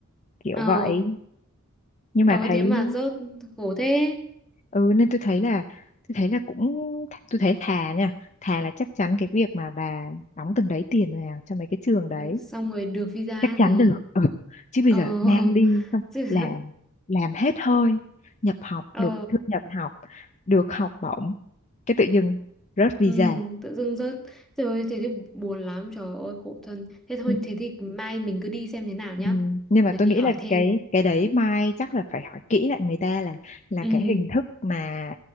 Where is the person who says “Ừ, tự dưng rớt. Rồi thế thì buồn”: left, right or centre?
Centre